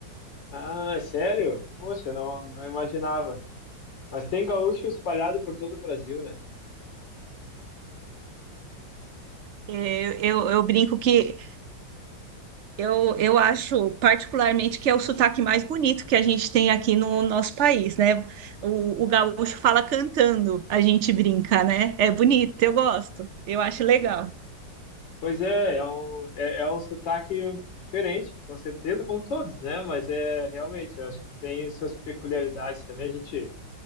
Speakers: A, on the left; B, on the right.
A: Ah, é sério? Poxa, não, não imaginava. Mas tem gaúcho espalhado por todo o Brasil, né?
B: É, eu, eu brinco que Eu, eu acho particularmente que é o sotaque mais bonito que a gente tem aqui no nosso país, né? O, o gaúcho fala cantando, a gente brinca, né? É bonito, eu gosto, eu acho legal.
A: Pois é, é um, é, é um sotaque diferente, com certeza, como todos, né? Mas é realmente, eu acho que tem suas peculiaridades também. A gente